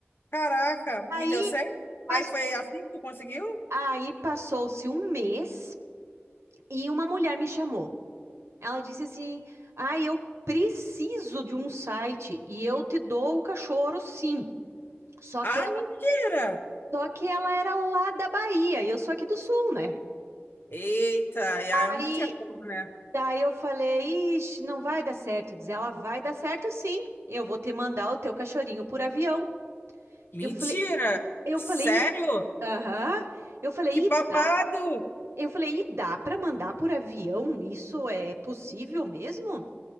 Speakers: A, on the left; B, on the right.
A: Caraca.
B: Aí,
A: E deu certo?
B: pas-
A: Aí foi assim que tu conseguiu?
B: aí passou-se um mês e uma mulher me chamou. Ela disse assim: "Ah, eu preciso de um site e eu te dou o cachorro, sim." Só
A: Ah,
B: que
A: mentira.
B: Só que ela era lá da Bahia e eu sou aqui do Sul, né?
A: Eita, e
B: Aí,
A: aí eu não tinha como, né?
B: daí eu falei, ixi, não vai dar certo. Diz ela, vai dar certo sim. Eu vou te mandar o teu cachorrinho por avião.
A: Mentira.
B: Eu falei, eu
A: Sério?
B: falei, aham. Eu falei,
A: Que
B: e
A: babado.
B: dá? Eu falei, e dá para mandar por avião? Isso é possível mesmo?